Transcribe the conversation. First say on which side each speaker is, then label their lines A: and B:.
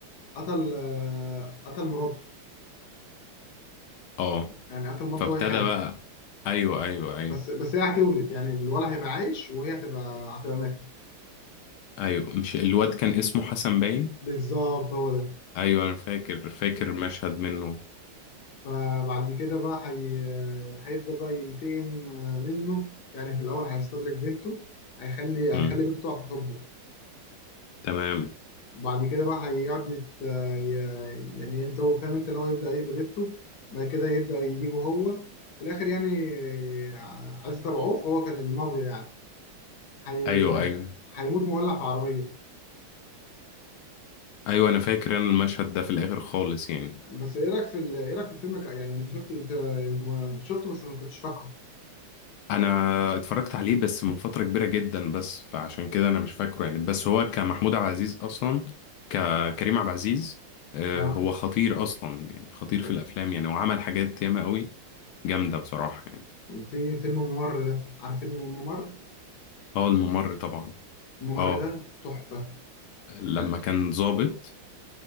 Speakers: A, on the left; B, on the left.
A: قتل آه، قتل مراته
B: اه
A: يعني قتل مراته
B: فابتدى
A: وهي حامل
B: بقى ايوه ايوه ايوه
A: بس بس هي هتولد يعني الولد هيبقى عايش وهي هتبقى هتبقى ماتت
B: ايوه مش الواد كان اسمه حسن باين
A: بالظبط هو ده
B: ايوه انا فاكر فاكر مشهد منه
A: فبعد كده بقى هي... آه، هيبدأ بقى ينتقم آه، منه يعني في الأول هيستدرك بنته هيخلي هيخلي
B: مم.
A: بنته تقع في حبه
B: تمام
A: وبعد كده بقى هيقعد يت- ي- يعني انت هو فاهم انت اللي هو يبدأ ايه ببيته بعد كده يبدأ يجيبه هو في الاخر يعني ع- عايز تبعوه فهو كان المافيا يعني هي...
B: ايوه ايوه
A: هيموت مولع في عربية
B: ايوه انا فاكر انا المشهد ده في الاخر خالص يعني
A: بس ايه رأيك في ال... ايه رأيك في الفيلم ك... يعني انت شفت انت انت ما شفته بس ما كنتش فاكره
B: انا اتفرجت عليه بس من فتره كبيره جدا بس فعشان كده انا مش فاكره يعني بس هو كمحمود عبد العزيز اصلا ككريم عبد العزيز آه،
A: اه
B: هو خطير اصلا يعني خطير
A: كان-
B: في الافلام يعني وعمل حاجات ياما قوي جامده بصراحه يعني
A: في فيلم ممر ده عارف فيلم ممر
B: اه الممر طبعا
A: ممر
B: اه
A: ده تحفة
B: لما
A: يعني
B: كان ظابط